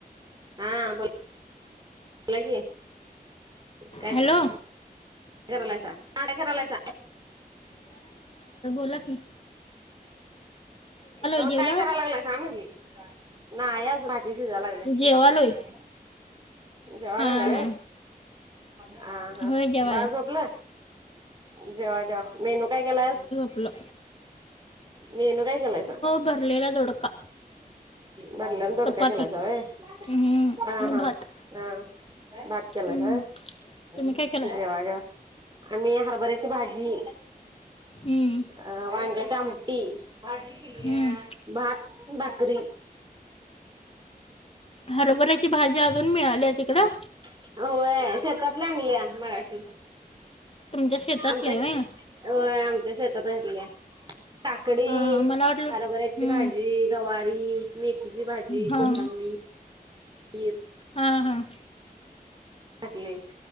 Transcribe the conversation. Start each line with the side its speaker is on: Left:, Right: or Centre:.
Right: हा बोल ला की. ठीकाय
Left: हॅलो.
Right: करालायसा, काय करालायसा?
Left: उलापी.
Right: अं
Left: जेवला
Right: काय करा लागलायसा म्हटली,, नाई आजून आ मेसेज आला का?,
Left: जेवालोय
Right: <unintelligible> जावा
Left: हां
Right: लागला
Left: हां
Right: ना. हा हं,
Left: होय जेवाया
Right: बाळ झोपलं? जेवा-जेवा, मेनू काय केलास?
Left: पलं
Right: मेनू काय केलायसा?
Left: भरलेला दोडका
Right: भरल्याला दोडका,
Left: चपाती
Right: केलायसा व्हयं?
Left: हं,
Right: हा
Left: आणि
Right: हां.
Left: भात
Right: अं, भात केलायस
Left: हं.
Right: होय,
Left: तुम्ही काय केला
Right: जेवा-जेवा. आम्ही हरभऱ्याची भाजी,
Left: हं,
Right: अ वांग <unintelligible> आमटी, भाजी केल्या
Left: हं.
Right: भात, भाकरी
Left: हरभऱ्याची भाजी, अजून मिळाल्या तिकडं?
Right: होय, शेतातल्या आणल्या, मगाशी
Left: तुमच्या शेतातले
Right: आमच्या शे
Left: होय
Right: होय, आमच्या शेतात य म्हंटल, काकडी,
Left: हां हां मला वाटलं
Right: हरभऱ्याची
Left: हं,
Right: भाजी गवारी, मेथीची भाजी,
Left: हां
Right: कोथिंबीर, इर
Left: हां हां.
Right: टाकलय